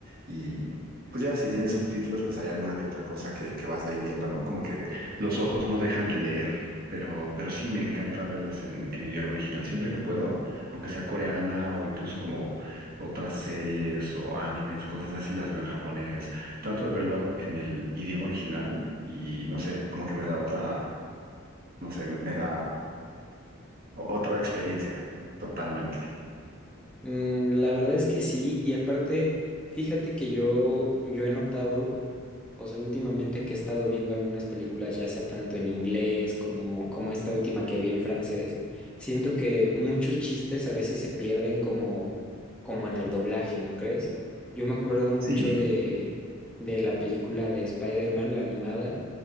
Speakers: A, on the right; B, in the centre.
A: Y pues ya, si tienen subtítulos, pues hay alguna que otra cosa que, que vas leyendo, ¿no? Como que los ojos no dejan de leer, pero, pero sí me encanta verlas en, en idioma original. Siempre que puedo, aunque sea coreana o incluso como otras series o animes, cosas así, las veo en japonés. Trato de verlo en el idioma original y no sé, como que me da otra, no sé, me me da o- otra experiencia. Totalmente.
B: Mm, la verdad es que sí, y aparte, fíjate que yo, yo he notado, o sea, últimamente que he estado viendo algunas películas, ya sea tanto en inglés como, como esta última que vi en francés, siento que muchos chistes a veces se pierden como, como en el doblaje, ¿no crees? Yo me acuerdo mucho
A: Sí,
B: de, de la película de Spider-Man, la animada,